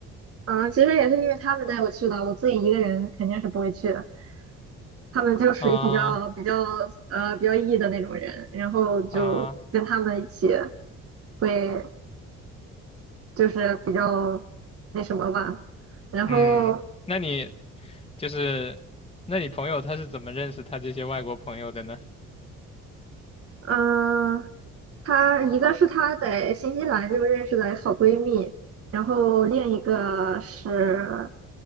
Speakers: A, on the right; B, on the left.
A: 嗯，其实也是因为他们带我去的，我自己一个人肯定是不会去的。他们就属于比较比较呃比较
B: <laughs> 啊
A: E 的那种人，然后就跟他们一起
B: 啊，
A: 会就是比较那什么吧。然后
B: 嗯，那你就是，那你朋友他是怎么认识他这些外国朋友的呢？
A: 嗯，呃她一个是她在新西兰就认识的好闺蜜，然后另一个是